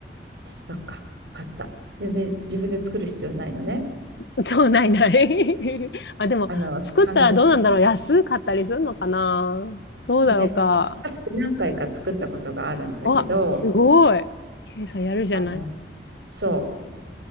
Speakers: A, on the right; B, on the left.
A: そっか、わかった。全然自分で作る必要ないのね。
B: <laughs> そう、ないない <laughs> あ、でも、
A: あの、
B: 作ったらどうなんだろう。
A: 市販のやつで。
B: 安かったりするのかな。どうだろうか。
A: あのね、かつて何回か作ったことがあるんだけど、
B: わ、すごい。ケイさんやるじゃない。
A: あの、そう。